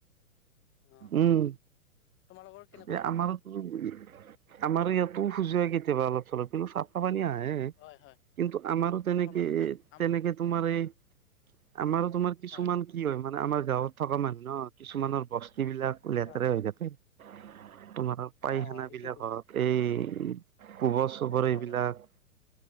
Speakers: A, on the left; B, on the right.
A: অ
B: উম,
A: তোমালোকৰ কেনেকুৱা
B: এ আমাৰো আমাৰ ইয়াতো সুজোৱা কেতি কেতিাবা অল চলপ কিন্তু চাফানী আহে হ
A: হয় হয়
B: কিন্তু আমাৰো তেনেকে
A: চাফা পানী না আম
B: তেনেকে তোমাৰ এই আমাৰো তোমাৰ কিছুমান
A: হয়
B: কি হয় মানে আমাৰ গাঁৱত থকা মানুহ ন কিছুমানৰ বস্তু প বিলাক লেতেৰে
A: হয়
B: হৈ যাকে তোমাৰ পায়খান
A: অ সেইটোতো
B: বিলাক এই পোবৰ চোবৰ
A: লেতেৰা
B: এইবিলাক
A: হৈ থাকে